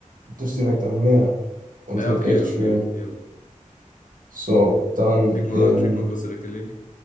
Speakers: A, on the right; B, on the left.
A: das direkt am Meer. Und
B: Ja,
A: halt
B: okay,
A: echt
B: okay.
A: schön.
B: Jo.
A: So, dann
B: Schick mal,
A: in.
B: schick mal kurz direkt den Link.